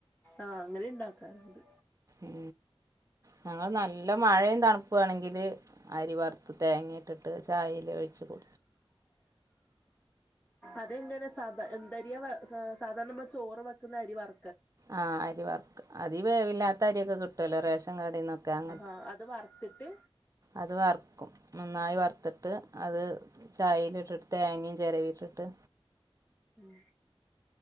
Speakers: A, on the left; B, on the right.
A: ആ അങ്ങനെണ്ടാക്കാറ്ണ്ട്.
B: ഏ ഞങ്ങൾ ന നല്ല മഴയും തണുപ്പ് ആണങ്കിൽ അരി വറുത്ത് തേങ്ങിയിട്ടിട്ട് ചായൽ ഒഴിച് കു
A: അതെങ്ങനെ സാധ എന്തരിയാ സാധാരണ നമ്മൾ ചോറ് വെക്കുന്ന അരി വർ
B: ആ അരി വർക്ക് അതീ വേവല്ലാത്ത അരിയൊക്കെ കിട്ടുവല്ലോ റേഷൻ കാർഡന്നൊക്കെ അങ
A: ആ അത് വറ്ത്തിട്ട്
B: അത് വറ്ക്കും നന്നായി വറുത്തി ട്ട് അത് ചായൽ ഇട്ടിട്ട് തേങ്ങയും ചിരവി ഇട്ടിട്ട്
A: ഉം